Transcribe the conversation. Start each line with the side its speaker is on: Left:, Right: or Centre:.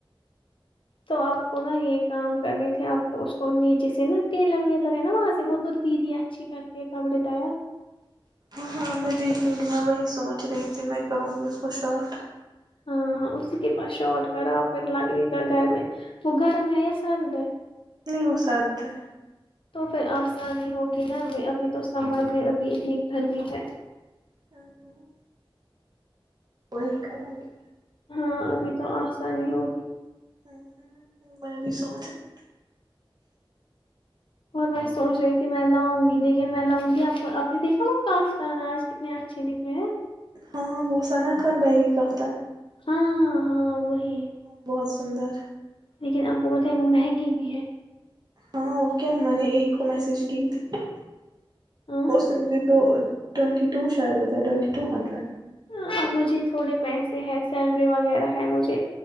Left: تو آپ کو نا یہ کام کرنے تھے آپ کو اس کو نیچے سے نا ٹیلر ویلر ہے نا وہاں سے وہ تو دیدی اچھی کرتی ہے کپڑے تیار
Right: ہاںاں میں دیکھوں گی میں وہی سوچ رہی تھی میں کروں گی اس کو شاٹ
Left: ہاں ہاں اسی کے پاس شارٹ کراؤ پھر لگے گا گھر میں وہ گرم ہے یا سرد ہے
Right: نہیں وہ سرد ہے
Left: تو پھر آسانی ہوگی نا ابھی تو سمر میں ابھی اتنی گرمی ہے
Right: ہاں ہاں <inaudible> وہی کروں گی
Left: ہاں ابھی تو آسانی ہوگی
Right: ہ ہ میں بھی سوچ رہی تھی
Left: اور میں سوچ رہی تھی میں لاؤں گی لیکن میں لاؤں گی آپ نے دیکھا وہ کافتان آج کتنے اچھے نکلے ہیں
Right: ہاں وہ آنا خ بیگی کفت
Left: ہاں ہاں وہی
Right: بہت سندر
Left: لیکن آپ کو بت ہے وہ مہنگی بھی ہے
Right: ہاں اور کیا میں نے ایک کو میسج کی تھی
Left: ہاں
Right: اس سے مجھے دو ٹوینٹی و شاید ٹ ٹ ہڈڈ
Left: اب مجھے تھوڑے پیسے ہے سیلری وغیرہ ہے مجھے